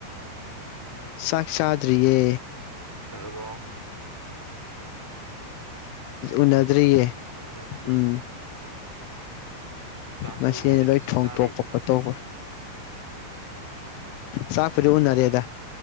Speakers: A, in the centre; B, on the left.
A: ꯎꯝ
B: ꯆꯥꯛ ꯆꯥꯗ꯭ꯔꯤꯌꯦ
A: ꯋꯥꯎ
B: ꯎꯅꯗ꯭ꯔꯤꯌꯦ
A: ꯀꯩꯅꯣ ꯊꯦꯡꯉꯤ
B: ꯎꯝ
A: ꯆꯥꯛꯁꯨ
B: ꯃꯁꯤꯅꯤ
A: ꯎꯅꯔꯤ ꯆꯥꯛꯁꯨ
B: ꯂꯣꯏ ꯊꯣꯡꯇꯣꯛꯄ
A: ꯆꯥꯔꯤ
B: ꯈꯣꯠꯇꯣꯛꯄ ꯆꯥꯛꯄꯨꯗꯤ ꯎꯅꯔꯦꯗ